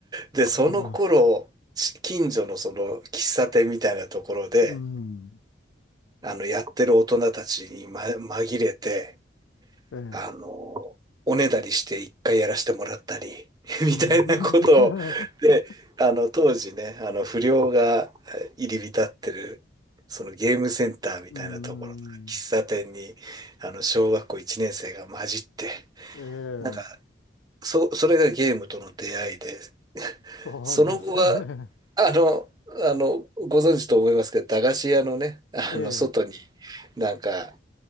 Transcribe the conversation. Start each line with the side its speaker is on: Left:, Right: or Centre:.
Right: う。で、
Left: あの、
Right: その頃、し近所のその喫茶店みたいなところで、
Left: うん。
Right: あの、やってる大人たちに、ま、紛れて、
Left: ええ。
Right: あの、おねだりして一回やらせてもらったり、<laughs> みたいなことを、
Left: うん。<laughs>
Right: で、あの、当時ね、あの、不良がえ入り浸ってる、そのゲームセンターみたいなところとか、
Left: うん。
Right: 喫茶店に、あの、小学校1年生が混じって、
Left: ええ。
Right: なんか、そ、それがゲームとの出会いで、
Left: そうです。
Right: その後は、
Left: <laughs>
Right: あの、あの、ご存知と思いますけど、駄菓子屋のね、あの、
Left: ええ。
Right: 外に、なんか、